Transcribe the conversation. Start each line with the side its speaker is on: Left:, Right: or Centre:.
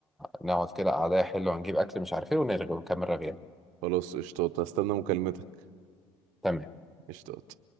Centre: نقعد كده قعدة حلوة ونجيب اكل مش عارف ايه ونرغي ونكمل رغينا
Right: خلاص قشطات هستنى مكالمتك
Centre: تمام
Right: قشطات